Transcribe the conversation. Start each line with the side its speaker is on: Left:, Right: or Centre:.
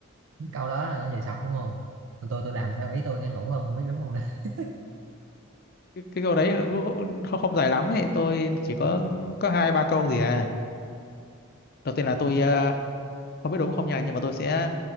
Right: câu đó là nó sọc đúng không còn tôi tôi làm theo ý tôi ngắn ngủn luôn không biết đúng không đó <laughs>
Left: cái, cái câu đấy không, không không dài lắm ấy tôi chỉ có có hai ba câu gì à đầu tiên là tôi ờ, không biết đúng không nha nhưng mà tôi sẽ